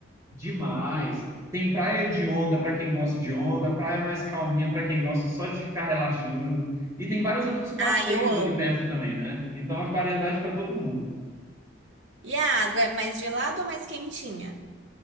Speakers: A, on the right; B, on the right.
A: Demais. Tem praia de onda para quem gosta de onda, praia mais calminha para quem gosta só de ficar relaxando. E tem vários outros passeios
B: Ai, eu amo.
A: ali perto também, né? Então, a variedade para todo mundo.
B: E a água é mais gelada ou mais quentinha?